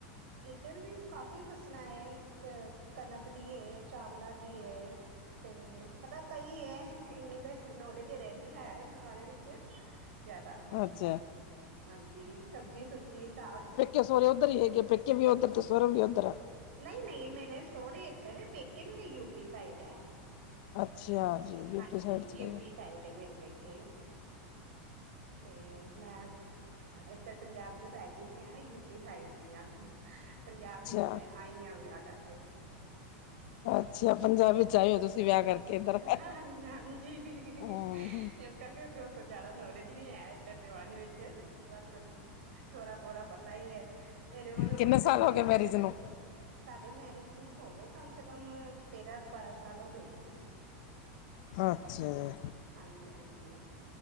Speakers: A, on the right (about 85°); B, on the left (about 45°).
A: ਇੱਧਰ ਵੀ ਕਾਫ਼ੀ ਫਸਲਾਂ ਏ। ਤੇ ਕਣਕ ਦੀ ਏ ਚਾਵਲਾਂ ਦੀ ਏ। ਤੇ ਮਤਲਬ ਕਈ ਏ ਇੰਨੀ ਕੁ ਨੌਲੇਜ ਰਹਿਣੀ ਹੈ ਇਹਨਾਂ ਬਾਰੇ ਵਿੱਚ। ਜ਼ਿਆਦਾ,
B: ਅੱਛਾ
A: ਹਾਂਜੀ ਸਬਜ਼ੀ ਸੁਬਜੀ ਸਾਗ,
B: ਕੇ ਸ਼ਹੁਰੇ ਉਧਰ ਈ ਹੈਗੇ ਪੇਕੇ ਵੀ ਉਧਰ ਤੇ ਸਹੁਰੇ ਵੀ ਉਧਰ ਆ।
A: ਨਹੀ-ਨਹੀ ਮੇਰੇ ਸੋਹਰੇ ਇੱਧਰ ਪੇਕੇ ਮੇਰੇ ਯੂਪੀ ਸਾਈਡ ਆ।
B: ਅੱਛਿਆ ਜੀ। ਯੂਪੀ
A: ਹਾਂਜੀ
B: ਸਾਈਡ ਚ
A: ਯੂਪੀ
B: ਹੈਗਾ
A: ਸਾਈਡ ਏ ਮੇਰੇ ਪੇਕੇ, ਤੇ ਮੈ ਅ ਇਧਰ ਪੰਜਾਬ ਦੀ ਸਾਈਡ ਦੀ ਨੀਆ ਯੂਪੀ ਸਾਈਡ ਦੀ ਆ। ਹ ਪੰਜਾਬ
B: ਅੱਛਾ।
A: ਵਿੱਚ ਮੈਂ ਆਈ ਆ ਵਿਆਹ ਕਰਕੇ।
B: ਅੱਛਾ, ਪੰਜਾਬ ਵਿੱਚ ਆਏ ਓ ਤੁਸੀਂ ਵਿਆਹ ਕਰਕੇ ਇੱਧਰ
A: ਹ-ਹ-ਹ, ਹਾਂਜੀ-ਹਾਂਜੀ। <unintelligible>
B: ਹੂੰ
A: ਇਸ ਕਰਕੇ ਜੋਤ ਤੋਂ ਜ਼ਿਆਦਾ ਨੌਲੇਜ ਨੀ ਹੈ ਏਧਰ ਦੇ ਬਾਰੇ ਵਿੱਚ, ਬਸ। ਥੋੜਾ ਬੋਰਾ ਪਤਾ ਈ ਏ ਇਹਰੇ ਮਨ ਨੂੰ
B: ਕਿੰਨੇ
A: ਕੁਛ <unintelligible>
B: ਸਾਲ
A: ਤੇ
B: ਹੋ
A: ਦਾ।
B: ਗਏ ਮੈਰਿਜ ਨੂੰ
A: ਸਾਡੇ ਮੈਰਿਜ ਨੂੰ ਹੋ ਗਏ ਕਮ ਸੇ ਕਮ ਤੇਰਾਂ-ਬਾਰਾਂ ਸਾਲ ਹੋ ਗਏ ਦੇ ਨੇ।
B: ਹਾਂ ਅੱਛਿਆ।
A: ਹਾਂਜੀ-ਹਾਂਜੀ।